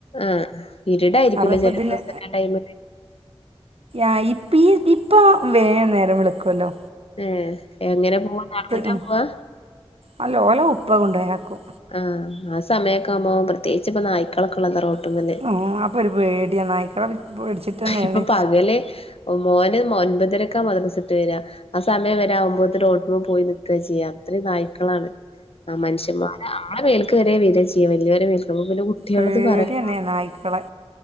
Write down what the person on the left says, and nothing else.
ആഹ്. ഇരീടായിരിക്കല
ചില
ദിവസക്ക ടൈം.
ങ്ങ.. എങ്ങനെ പോവാ നടന്നിട്ടാ
പോവാ?
ആഹ.. ആ.. സമയൊക്കെകുമ്പോ പ്രത്യേകിപ്പ നായ്ക്കളൊക്കെള്ളതാ റ അങ്ങനെ..
ഇപ്പൊ പകല്.. മോന് ഒൻപതരക്കാ മദ്റസട്ട് വിട്ടവരിക ആ സമയംവരെ! ! അരകുമ്പോ റൊട്ടി പോയി നക്കുക ചെയ്യുക അത്രയും നായ്ക്കളാണ് ആ മനുഷന്മാ! ! ആഹ.. വെൽക് വരെ <unintelligible> ചെയ്യ വലിയർടെ വരെ മേൽക്ക്പ പിന്നെ കുട്ടികുള്ളത്
പറയാണ!